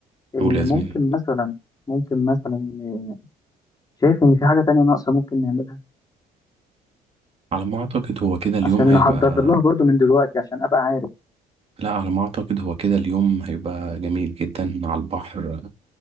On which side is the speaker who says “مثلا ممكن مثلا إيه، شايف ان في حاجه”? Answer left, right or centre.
Left